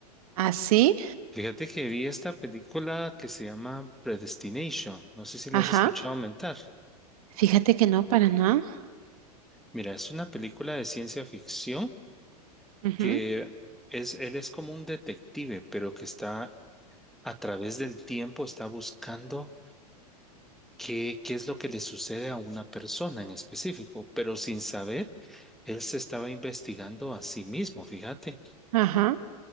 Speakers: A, on the right; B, in the centre.
A: ¿Ah, sí?
B: Fíjate que vi esta película que se llama Predestination. No sé si la
A: Ajá.
B: has escuchado aumentar.
A: Fíjate que no, para nada.
B: Mira, es una película de ciencia ficción
A: Ujú,
B: que es, él es como un detective, pero que está a través del tiempo, está buscando qué, qué es lo que le sucede a una persona en específico, pero sin saber, él se estaba investigando a sí mismo, fíjate.
A: Ajá.